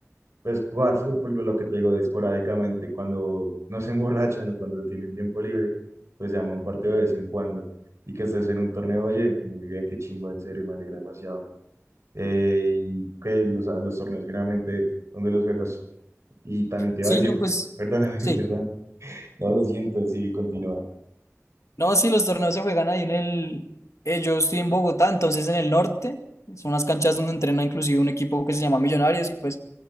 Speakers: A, on the right; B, on the left.
A: Pues jugar fútbol, lo que te digo, esporádicamente, cuando no se emborrachan o cuando tienen tiempo libre, pues se llama un partido de vez en cuando. Y que estés en un torneo, oye, muy bien, qué chimbo en serio, me alegra demasiado. Eh, y que los, los torneos generalmente, donde los juegas? Y también te iba
B: Sí,
A: a decir,
B: no,
A: co-
B: pues
A: perdóname,
B: sí.
A: <laughs> perdón, no lo siento, sigue, continúa.
B: No, sí, los torneos se juegan ahí en el... eh, yo estoy en Bogotá, entonces en el norte. Son las canchas donde entrena inclusive un equipo que se llama Millonarios y pues